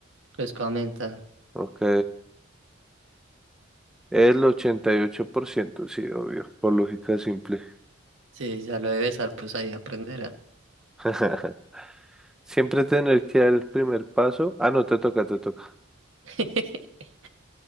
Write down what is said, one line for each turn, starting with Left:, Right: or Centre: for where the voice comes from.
Right: Pues comenta.
Centre: Ok. El 88% sí, obvio, por lógica simple.
Right: Sí, ya lo de besar, pues ahí aprenderá.
Centre: <laughs> Siempre tener que dar el primer paso. Ah, no, te toca, te toca.
Right: <laughs>